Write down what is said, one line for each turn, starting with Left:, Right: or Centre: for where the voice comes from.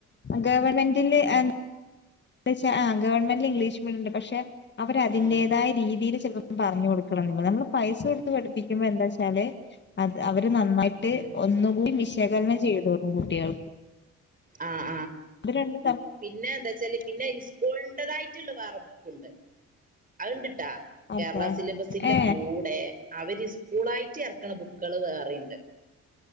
Left: ഗവൺന്റില് <inaudible> ന്ത്‌യൊച്ച ഗവൺമെന്റിൽ ഇംഗ്ലീഷ്. പക്ഷെ അവര് അതിന്റേതായ
Right: ആഹ്
Left: രീതിൽ ചെലപ്പം. പറഞ്ഞു കൊടുക്കണം ന്നില്ല നമ്മള് പൈസ കൊടുത്ത് പഠിപ്പിക്കുമ്പോ ന്താച്ചാല് അത് അവര് ഇത് നന്നായിട്ട്
Right: ഉം
Left: ഒന്നുകൂ വിശകലനം ചെയ്തോണ്ടു കുട്ട്യേൾക്ക്.
Right: ആ.
Left: അത് രണ്ട്.
Right: പിന്നെ എന്താ ച്ചാല് പിന്നെ ഇസ്ക്കൂൾണ്ടതായിട്ടിള്ള വേറെ ബുക്കുണ്ട്. അതിണ്ടിട്ടാ
Left: അതെ
Right: കേരള സിലബസിന്റെ
Left: ഏ
Right: കൂടെ അവര് സ്കൂളായിട്ട് എറക്കണ ബുക്ക്. <unintelligible> വേറെണ്ട്